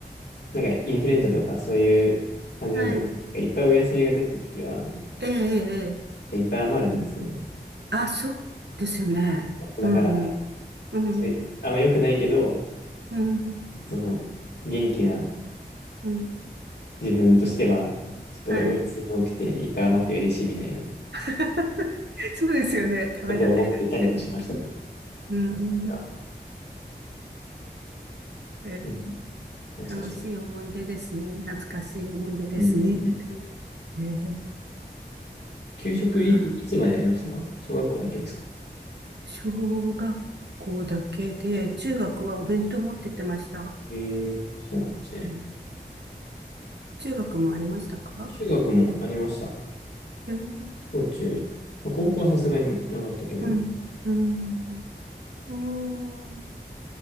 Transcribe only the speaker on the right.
はい。
ええ、ええ、ええ
あ、そうですよね。
うん、うん、
うん、
うん。
はい。
<laughs> そうですよね。食べられるって。
うん。
えー
楽しい思い出ですね。懐かしい思い出ですね。
えー
あ
小学校だけで、中学はお弁当持ってってました。
うん中学もありましたか
うん、
うん、うん、うん